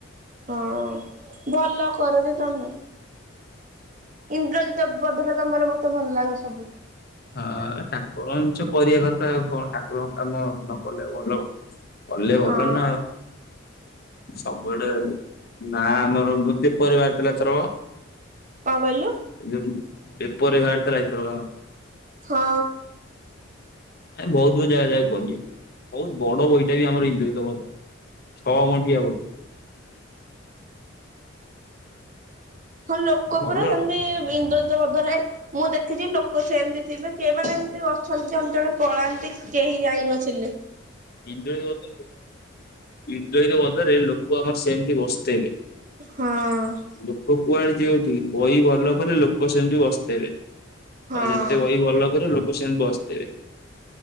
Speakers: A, on the right; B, on the left.
A: ହଁ ଭଲ କରଯେ ତମେ। ଇନ୍ଦ୍ରଜିତ ପଦର ତମର ମତେ ଭଲ ଲାଗେ ସବୁଠୁ।
B: ହଁ ଠାକୁରଞ୍ଚ କରିବା କଥା ଆଉ କଣ ଠାକୁରଙ୍କ କାମ ନ କଲେ ଆଉ ଭଲ କଣ। କଲେ
A: ହଁ
B: ଭଲ ନା ଆଉ ସବୁଆଡେ ନା ଆମ <unintelligible> ପରିବାର ଥିଲା ଏଥରକ
A: କଣ କହିଲୁ?
B: <unintelligible> ପେପରରେ ବାହାରିଥିଲା ଏଥରକ ଆମର
A: ହଁ।
B: ଏ ବହୁତ ବହୁତ ଜାଗା ଯାଏ କରି ବହୁତ ବଡ ବଇଟା ବି ଆମର ହିନ୍ଦ୍ରଜିତ ଭଲ। ଛଅ ଘଣ୍ଟିିଆ ଭଇ।
A: ହଁ ଲୋକ
B: ଭଲ
A: ପୁରା ସେମିତି
B: ହଁ
A: ବିଇନ୍ଦୁଳିତ ବଧରେ ମୁଁ ଦେଖିଛି ଲୋ ଲୋକ ସେମିତି ଥିବେ କେମାନେ ଏମିତି ଅଛନ୍ତି ଅମେ ଜଣେ ପଳାନ୍ତି କେହି ଯାଇ ନଥିଲେ।
B: ଇନ୍ଦ୍ରଜିତ ଇନ୍ଦ୍ରଜିତ ବଧରେ ଲୋକ ଆମର ସେମିତି ବସିଥବେ।
A: ହଁ।
B: ଲୋକ କୁଆଡେ ଯଉଠି ବହି ଭଲ କଲେ ଲୋକ ସେମିତି ବସିଥବେ।
A: ହଁ
B: ଆଉ ଯେତେ ବହି ଭଲ କରିବ ଲୋକ ସେମିତି ବସିଥେବେ।